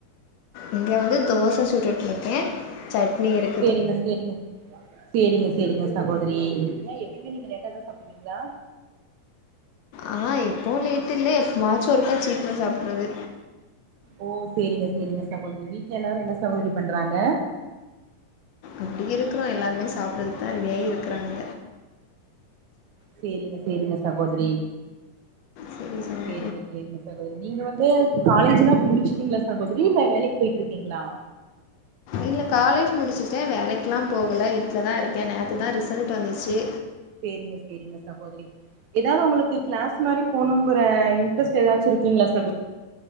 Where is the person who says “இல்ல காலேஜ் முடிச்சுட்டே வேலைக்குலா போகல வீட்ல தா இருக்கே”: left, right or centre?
Left